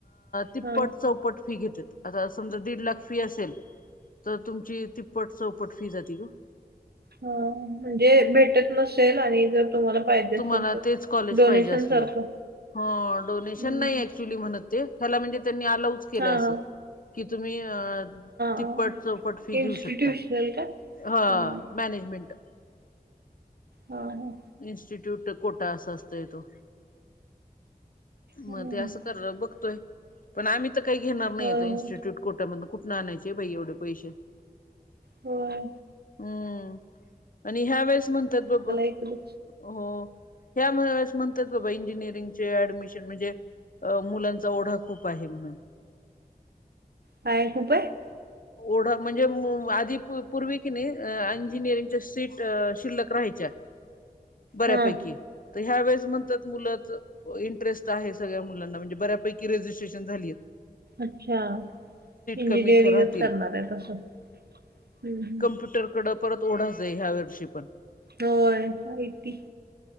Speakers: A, on the left (about 60°); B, on the right (about 85°).
A: तिप्पट
B: हा.
A: चौपट फी घेतेत आता समजा दीड लाख फी असेल तर तुमची तिप्पट चौपट फी जाती वो
B: हा, म्हणजे भेटत नसेल? आणि जर तुम्हाला पाहिजे
A: तुम्हाला
B: असेल तर
A: तेच कॉलेज
B: डोनेशन
A: पाहिजे? असलं
B: सारखं
A: हा डोनेशन
B: हम्म.
A: नाहीय अँकच्युली म्हणत ते याला म्हणजे, त्यांनी आलाऊच
B: हा हा
A: कि तुम्ही अ तिप्पट
B: हा
A: चौपट फी घेऊ
B: इन्स्टिट्युशनल
A: शकता?
B: का
A: अं हं
B: हा
A: मॅनेजमेंट
B: हा हा.
A: इन्स्टिट्यूट कोटां असं असतोय तो... मंग
B: हम्म.
A: ते असं करं बघतोय पणं आम्हीं तरं कांहीं घेणारं नाहीं
B: होय
A: तो
B: होय
A: इन्स्टिट्यूट कोट्यांमधून कुंठून आणांयचे बाई एवढे पैसे
B: होय
A: हम्मं आणि ह्यां वेळेस म्हणतांत बाबां
B: हम्मं
A: हो ह्यांमुळेसं म्हणतांत बाबां इंजिनिअरिंगचे ऍडमिशन म्हणजे अं मुलांचा औंढा खूंप आहे म्हणूंन
B: कायं खूंप आहे?
A: औंढा म्हणजे आंधी पूर्वी की नाहीं इंजिनिअरिंगच्या सीट शिल्लक राहांयच्या. बऱ्यांपैकी
B: हा
A: तरं ह्यां वेळेस म्हणतांत मुलांचं इंटरेस्ट आहे सगळ्यां मुलांना म्हणजे बऱ्यांपैकी रेजिस्ट्रेशन झालीं आहेतं.
B: अच्छा... इंजिनिअरिंगच
A: कमी राहतील
B: करणारं आहे. तसं हम्मं हम्मं
A: ट्विटरकड परंत ओढाचंय ह्यां वर्षी पणं
B: होयं माहिती